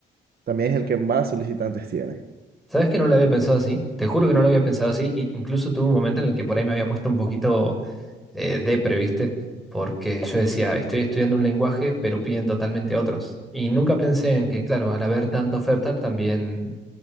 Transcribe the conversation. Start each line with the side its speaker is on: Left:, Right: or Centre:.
Right: también es el que más solicitantes tiene.
Centre: ¿Sabes que no lo había pensado así? Te juro que no lo había pensado así. I- Incluso tuve un momento en el que por ahí me había puesto un poquito eh, depre, ¿viste? Porque yo decía, estoy estudiando un lenguaje, pero piden totalmente otros. Y nunca pensé en que, claro, al haber tanta oferta, también